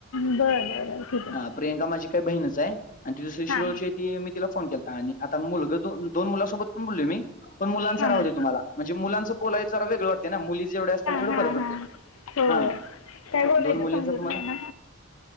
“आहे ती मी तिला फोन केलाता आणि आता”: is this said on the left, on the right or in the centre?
Left